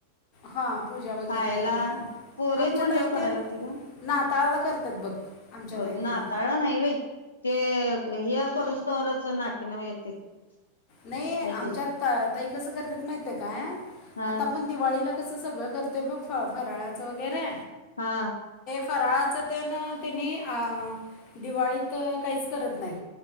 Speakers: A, on the left; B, on the left.
A: हां पूजा वगैरे
B: खायला
A: करणं
B: पोरीयेत
A: आमच्या
B: म्हणल्याव
A: ताई
B: कराय
A: ते ना
B: लागतय ग,
A: नाताळाला करतात बघ आमच्या
B: होय
A: ताई त्याने
B: नाताळला नाही बाई ते हे अ करुसतोवरचं नाट की नव येते <unintelligible>
A: नाही आमच्यात
B: ते
A: त ताई कसं करत्यात माहिते काय?
B: हा
A: आता आपण दिवाळीला कसं सगळं करतोय बघ फ फराळाचं वगैरे
B: हा
A: फराळाच तेन त्यांनी आ दिवाळीत काहीच करत नाहीत.